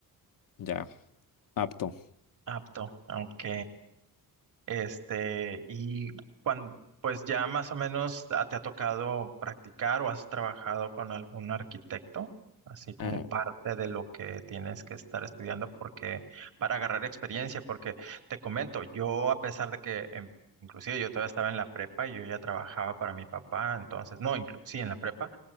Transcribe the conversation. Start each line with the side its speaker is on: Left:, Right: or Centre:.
Left: ya apto.
Right: Apto. Ok. Este, y cuando, pues ya más o menos ah, te ha tocado practicar o has trabajado con algún arquitecto, así como
Left: Eh,
Right: parte de lo que tienes que estar estudiando porque para agarrar experiencia, porque te comento, yo a pesar de que em, inclusive yo todavía estaba en la prepa y yo ya trabajaba para mi papá, entonces, no, inclu- sí, en la prepa,